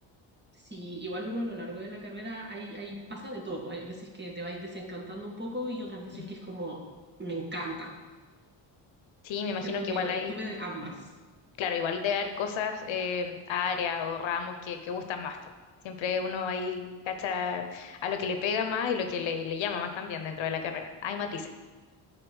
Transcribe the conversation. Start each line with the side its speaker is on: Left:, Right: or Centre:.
Right: Sí, igual uno a lo largo de la carrera hay, hay, pasa de todo. pues, Hay veces que te vais desencantando un poco y otras veces
Left: Ujú.
Right: que es como, me encanta.
Left: Sí, me imagino
Right: Siento
Left: que
Right: que
Left: igual hay,
Right: eh, tuve de ambas.
Left: Ujú. claro, igual debe haber cosas, eh, áreas o ramos que, que gustan más. po. Siempre uno ahí cacha a lo que le pega más y lo que le, le llama más también dentro de la carrera. Hay matices.